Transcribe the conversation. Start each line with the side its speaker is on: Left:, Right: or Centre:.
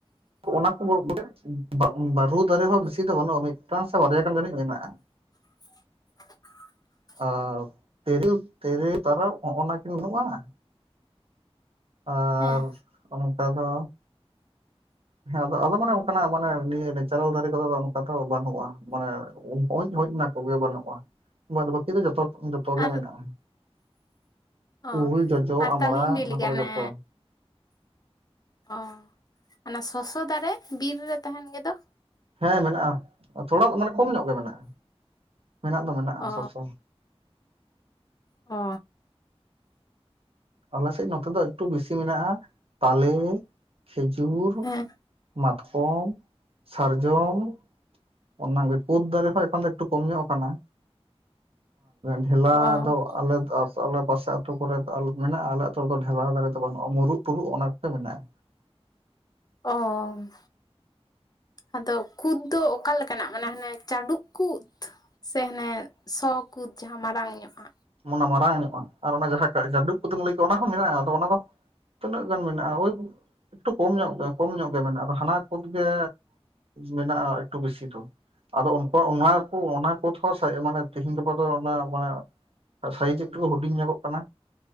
Right: ᱚᱱᱟ ᱠᱷᱚᱵᱚᱨ <unintelligible> ᱵᱚᱞᱮ ᱼᱼ <unintelligible> ᱵᱟᱹᱨᱩ ᱫᱟᱨᱮ ᱦᱚᱸ ᱵᱮᱥᱤ ᱫᱚ ᱵᱟᱹᱱᱩᱜᱼᱟ ᱢᱤᱫᱴᱟᱝ ᱥᱮ ᱵᱟᱨᱭᱟ ᱜᱟᱱ ᱡᱟᱹᱱᱤᱡ ᱢᱮᱱᱟᱜᱼᱟ।
Left: <unintelligible>
Right: ᱟᱨ ᱛᱮᱨᱮᱞ ᱛᱮᱨᱮᱞ ᱛᱟᱨᱟᱵᱽ ᱦᱚᱜ ᱱᱟ ᱠᱤᱱ ᱵᱟᱹᱱᱩᱜᱼᱟ। ᱟᱨ
Left: ᱦᱮᱸ
Right: ᱚᱝᱠᱟ ᱫᱚ ᱦᱮᱸ ᱟᱫᱚ ᱟᱫᱚ ᱢᱟᱱᱮ ᱚᱝᱠᱟᱱᱟᱜ ᱢᱟᱱᱮ ᱱᱤᱭᱟᱹ ᱱᱮᱪᱟᱨᱮᱞ ᱫᱟᱨᱮ ᱠᱚᱫᱚ ᱚᱱᱠᱟ ᱫᱚ ᱵᱟᱹᱱᱩᱜᱼᱟ᱾ ᱢᱟᱱᱮ ᱼᱼ ᱦᱳᱡ ᱦᱳᱡ ᱚᱱᱟ ᱠᱚᱜᱮ ᱵᱟᱹᱱᱩᱜᱼᱟ ᱵᱟᱫ ᱵᱟᱹᱠᱤ ᱫᱚ ᱡᱚᱛᱚ ᱡᱚᱛᱚᱜᱮ
Left: ᱟᱨ
Right: ᱢᱮᱱᱟᱜᱼᱟ।
Left: ᱚ
Right: ᱩᱞ, ᱡᱚᱡᱚ,
Left: ᱟᱨ
Right: ᱟᱢᱲᱟ
Left: ᱛᱟᱞᱤᱧ ᱞᱟᱹᱭ
Right: ᱚᱱᱟ
Left: ᱞᱮᱜᱮ
Right: ᱠᱚᱫᱚ ᱡᱷᱚᱛᱚ।
Left: ᱚᱱᱮ ᱚ ᱚᱱᱟ ᱥᱚᱥᱚ ᱫᱟᱨᱮ ᱵᱤᱨ ᱨᱮ ᱛᱟᱦᱮᱱ ᱜᱮᱫᱚ?
Right: ᱦᱮᱸ ᱢᱮᱱᱟᱜᱼᱟ ᱛᱷᱚᱲᱟ ᱢᱟᱱᱮ ᱠᱚᱢ ᱧᱚᱜ ᱜᱮ ᱢᱮᱱᱟᱜᱼᱟ ᱢᱮᱱᱟᱜ ᱫᱚ ᱢᱮᱱᱟᱜᱼᱟ
Left: ᱚ
Right: ᱥᱚᱥᱚ।
Left: ᱚ
Right: ᱟᱞᱮᱥᱮᱡ ᱱᱚᱛᱮ ᱫᱚ ᱮᱠᱴᱩ ᱵᱮᱥᱤ ᱢᱮᱱᱟᱜᱼᱟ ᱛᱟᱞᱮ᱾ ᱠᱷᱮᱡᱩᱨ,
Left: ᱦᱮᱸ
Right: ᱢᱟᱛᱠᱚᱢ, ᱥᱟᱨᱡᱚᱢ। ᱚᱱᱟ ᱜᱮ ᱠᱩᱫ ᱫᱟᱨᱮ ᱦᱚᱸ ᱮᱠᱷᱚᱱ ᱮᱠᱴᱩ ᱠᱚᱢ ᱧᱚᱜ ᱠᱟᱱᱟ। ᱰᱷᱮᱞᱟ
Left: ᱚ
Right: ᱫᱚ ᱟᱞᱮ ᱟᱞᱮ ᱯᱟᱥᱮ ᱼᱼ ᱟᱹᱛᱩ ᱠᱚᱨᱮ ᱫᱚ ᱟᱞ ᱢᱮᱱᱟᱜᱼᱟ ᱟᱞᱮ ᱟᱹᱛᱩ ᱨᱮᱫᱚ ᱰᱷᱮᱞᱟᱣ ᱫᱟᱨᱮ ᱫᱚ ᱵᱟᱹᱱᱩᱜᱼᱟ ᱢᱩᱨᱩᱫ ᱛᱩᱨᱩᱜ ᱚᱱᱟ ᱠᱚᱜᱮ ᱢᱮᱱᱟᱜᱼᱟ।
Left: ᱚ ᱦᱚ ᱟᱫᱚ ᱠᱩᱫ ᱫᱚ ᱚᱠᱟ ᱞᱮᱠᱟᱱᱟᱜ ᱢᱟᱱᱮ ᱦᱟᱱᱮ ᱪᱟᱰᱩᱜ ᱠᱩᱫᱽ। ᱥᱮ ᱦᱟᱱᱮ ᱥᱚ ᱠᱩᱫ ᱡᱟᱦᱟᱸ ᱢᱟᱲᱟᱝ ᱧᱚᱜ ᱟ।
Right: ᱚᱱᱟ ᱢᱟᱨᱟᱝ ᱧᱚᱜᱼᱟ ᱟᱨ ᱚᱱᱟ ᱡᱟᱦᱟᱸ ᱡᱟᱰᱩᱵ ᱠᱩᱫᱮᱢ ᱞᱟᱹᱭ ᱠᱮᱫ ᱚᱱᱟ ᱦᱚᱸ ᱢᱮᱱᱟᱜᱼᱟ ᱟᱫᱚ ᱚᱱᱟ ᱫᱚ ᱼᱼ ᱛᱤᱱᱟᱹᱜ ᱜᱟᱱ ᱢᱮᱱᱟᱜᱼᱟ ᱳᱭ ᱼᱼ ᱮᱠᱴᱩ ᱠᱚᱢ ᱧᱚᱜ ᱜᱮ ᱠᱚᱢ ᱧᱚᱜ ᱜᱮ ᱢᱮᱱᱟᱜᱼᱟ ᱟᱫᱚ ᱦᱟᱱᱟ ᱠᱩᱫ ᱜᱮ ᱢᱮᱱᱟᱜᱼᱟ ᱮᱠᱴᱩ ᱵᱮᱥᱤ ᱫᱚ। ᱟᱫᱚ ᱩᱱᱠᱩ ᱚᱱᱟ ᱠᱚ ᱚᱱᱟ ᱠᱩᱫᱽ ᱦᱚᱸ ᱢᱟᱱᱮ ᱛᱤᱦᱤᱧ ᱜᱟᱯᱟ ᱫᱚ ᱚᱱᱟ ᱢᱟᱱᱮ ᱼᱼ ᱥᱟᱭᱤᱡᱽ ᱮᱠᱴᱩ ᱦᱩᱰᱤᱧ ᱧᱚᱜᱚᱜ ᱠᱟᱱᱟ